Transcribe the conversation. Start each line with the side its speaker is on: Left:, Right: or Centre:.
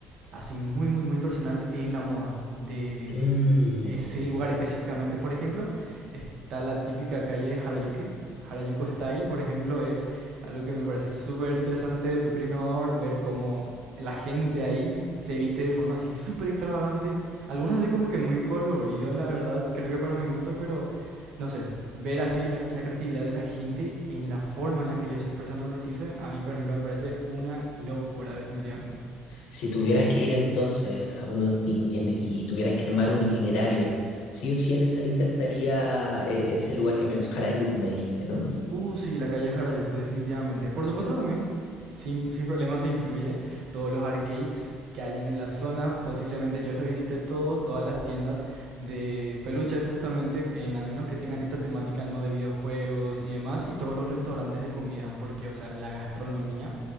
Right: así muy, muy, muy personal en la moda de
Left: Mm,
Right: ese lugar específicamente. Por ejemplo, está la típica calle de Harajuku. Harajuku Style, por ejemplo, es algo que me parece súper interesante, súper innovador, ver cómo la gente ahí se viste de forma así súper extravagante. Algunos así como que muy coloridos, la verdad, creo que para mi gusto, pero no sé, ver así la, la creatividad de la gente en la forma en la que ellos se expresan al vestirse, a mí, por ejemplo, me parece una locura, definitivamente.
Left: Si tuvieras que ir entonces, o sea, uno in- en- y tuvieras que armar un itinerario, sí o sí en esa lista estaría eh, ese lugar que me Harajuku, me dijiste, ¿no?
Right: Uh, sí, la calle Harajuku, definitivamente. Por supuesto también, sin, sin problema se incluye todos los arcades que hayan en la zona. Posiblemente yo los visité todos, todas las tiendas de peluches justamente, en al menos que tengan esta temática, ¿no? De videojuegos y demás, y todos los restaurantes de comida, porque, o sea, la gastronomía